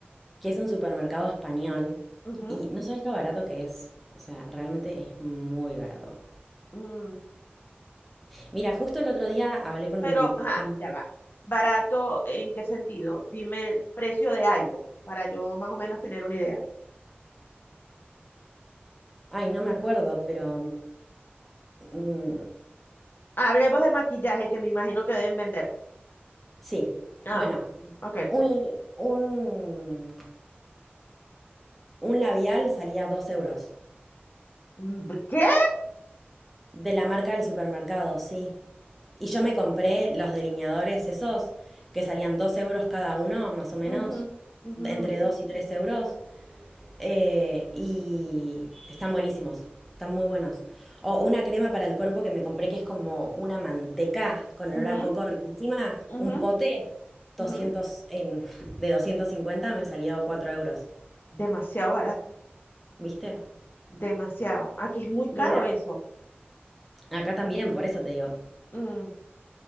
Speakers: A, in the centre; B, on the left (about 55°).
A: que es un supermercado español
B: Ujú,
A: y no sabes lo barato que es. O sea, realmente es muy barato.
B: mm,
A: Mira, justo el otro día hablé con,
B: Pero, ajá,
A: con-
B: ya va. ¿Barato en qué sentido? Dime el precio de algo para yo más o menos tener una idea.
A: ay, no me acuerdo, pero mm,
B: Hablemos de maquillaje que me imagino que deben vender.
A: Sí,
B: Ah,
A: bueno,
B: ujú, ok.
A: un, un, un labial salía 2 euros.
B: Mm, ¿Qué?
A: De la marca del supermercado, sí. Y yo me compré los delineadores esos que salían 2 euros cada uno, más o menos,
B: Ujú, ujú,
A: entre 2 y 3 euros. eh, y están buenísimos, están muy buenos. O una crema para el cuerpo que me compré que es como una manteca con olor
B: ujú,
A: a coco riquísima,
B: ujú,
A: un pote doscientos
B: ujú.
A: en, de 250 me salió 4 euros.
B: Demasiado barato,
A: ¿Viste?
B: demasiado. Aquí es muy caro
A: Mira,
B: eso.
A: acá también, por eso te digo.
B: Mm,